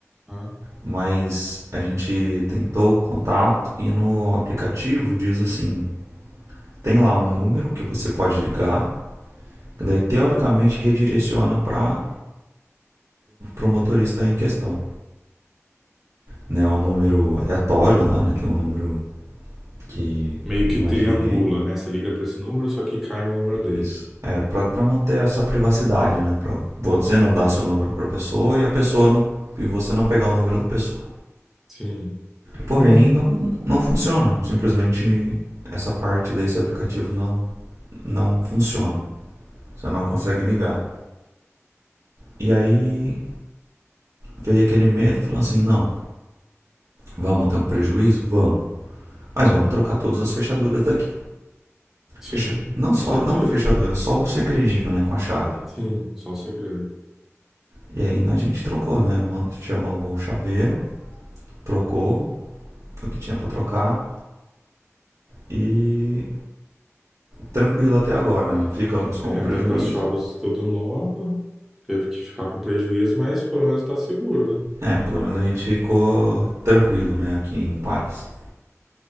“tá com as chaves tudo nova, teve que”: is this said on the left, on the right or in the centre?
Centre